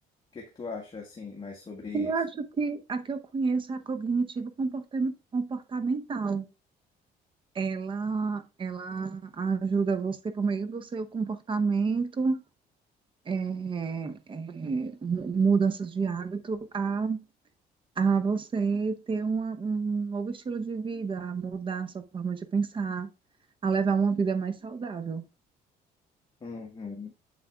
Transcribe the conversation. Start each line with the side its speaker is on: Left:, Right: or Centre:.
Left: O que que tu acha assim mais sobre
Right: Eu
Left: isso?
Right: acho que a que eu conheço é a cognitivo comportamental. Ela, ela ajuda você por meio do seu comportamento, é, é, mu- mudanças de hábito, a a você ter uma- um novo estilo de vida, a mudar a sua forma de pensar, a levar uma vida mais saudável.
Left: Uhum,